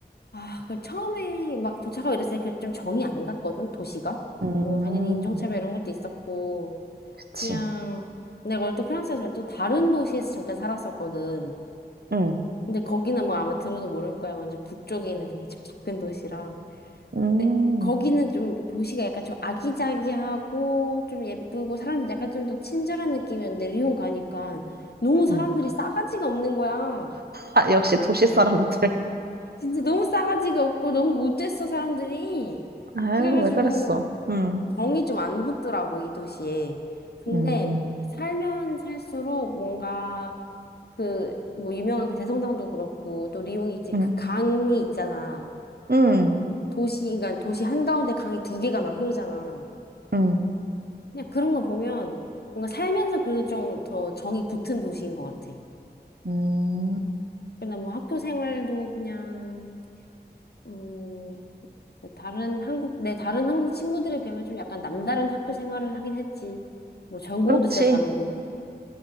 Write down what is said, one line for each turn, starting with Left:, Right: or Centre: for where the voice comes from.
Left: 아, 그 처음에 막 도착하고 이랬을 때 좀 정이 안 갔거든, 도시가.
Right: 음,
Left: 뭐 당연히 인종차별 이런 것도 있었고.
Right: 그치.
Left: 그냥 내가 원래 또 프랑스에서 또 다른 도시에서 잠깐 살았었거든.
Right: 응,
Left: 근데 거기는 뭐 아마 들어도 모를 거야. 완전 북쪽에 있는 되게 좀 작은 도시라.
Right: 음,
Left: 근데 거기는 좀 도시가 약간 좀 아기자기하고 좀 예쁘고 사람들 약간 좀 더 친절한 느낌이었는데 리옹 가니까 너무 사람들이
Right: 응.
Left: 싸가지가 없는 거야.
Right: 아, 역시 도시 사람들.
Left: 진짜 너무 싸가지가 없고 너무 못됐어 사람들이.
Right: 아유,
Left: 그래가지고
Right: 왜 그랬어? 응,
Left: 정이 좀 안 붙더라고 이 도시에. 근데
Right: 음,
Left: 살면 살수록 뭔가 그, 뭐, 유명한 그 대성당도 그렇고, 또 리옹이지,
Right: 응,
Left: 그 강이 있잖아.
Right: 응,
Left: 도시, 그러니까 도시 한가운데 강이 두 개가 막 흐르잖아.
Right: 응,
Left: 그냥 그런 거 보면 뭔가 살면서 그래도 좀 더 정이 붙은 도시인 것 같아.
Right: 응. 음,
Left: 그냥 뭐 학교 생활도 그냥, 음, 뭐 다른 한국, 내 다른 한국 친구들에 비하면 좀 약간 남다른 학교 생활을 하긴 했지. 뭐 전공도
Right: 그렇지.
Left: 진짜 다르고.